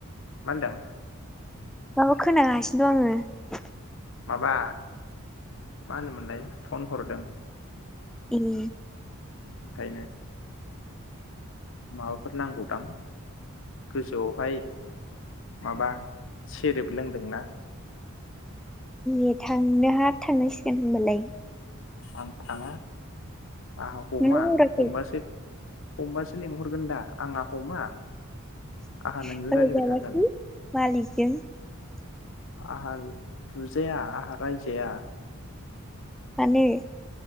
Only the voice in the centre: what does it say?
ओ खोनागासिनो दं आङो
उम
ए थांनोहा थांनांसिगोन होनबालाय
नोंलाय हराखै
<unintelligible>
मानो